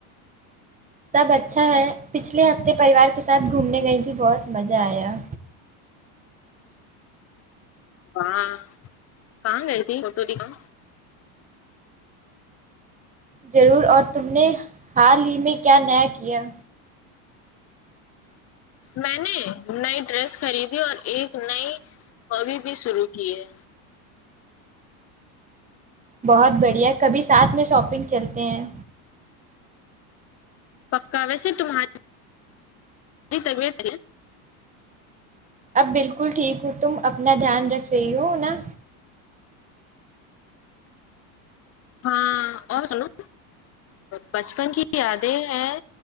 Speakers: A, on the right; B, on the left.
A: سب اچھا ہے پچھلے ہفتے پریوار کے ساتھ گھومنے گئی تیں بہت مزہ آیا
B: ہاں کہاں گئی تھی فوٹو دکھاؤ
A: ضرور اور تم نے حال ہی میں کیا نیا کیا
B: میں نے نئی ڈریس خریدی اور ایک نئی ہابی بھی شروع کی ہے
A: بہت بڑھیا کبھی ساتھ میں شاپنگ چلتے ہیں
B: پکا ویسے تمہارے کی طبیعت
A: اب بالکل ٹھیک ہو تم اپنا دھیان رکھ رہی ہو نا
B: ہاں اور سنو بچپن کی یادیں ہیں